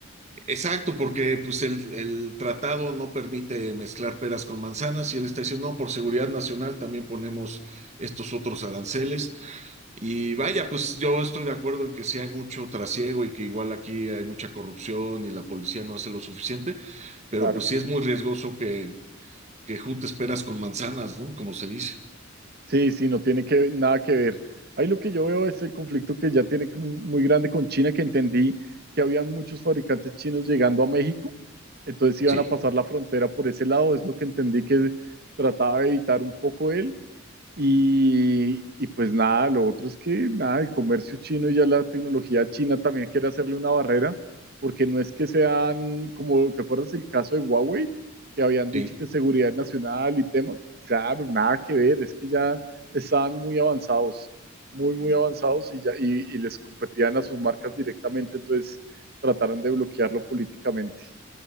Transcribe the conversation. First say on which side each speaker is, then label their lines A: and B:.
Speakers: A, on the right; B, on the right.
A: Exacto, porque pues el, el tratado no permite mezclar peras con manzanas y él está diciendo, no, por seguridad nacional también ponemos estos otros aranceles. Y vaya, pues yo estoy de acuerdo en que sí hay mucho trasiego y que igual aquí hay mucha corrupción y la policía no hace lo suficiente, pero
B: Claro.
A: pues sí es muy riesgoso que, que juntes peras con manzanas, ¿no? Como se dice.
B: Sí, sí, no tiene que, nada que ver. Ahí lo que yo veo es el conflicto que ya tiene como muy grande con China, que entendí que habían muchos fabricantes chinos llegando a México, entonces iban
A: Sí,
B: a pasar la frontera por ese lado, es lo que entendí que trataba de evitar un poco él Y, y pues nada, lo otro es que nada, el comercio chino y ya la tecnología china también quiere hacerle una barrera, porque no es que sean, como te acuerdas el caso de Huawei, que habían dicho
A: sí.
B: que seguridad nacional y tema, claro, nada que ver, es que ya estaban muy avanzados, muy, muy avanzados y, ya, y, y les competían a sus marcas directamente, entonces trataron de bloquearlo políticamente.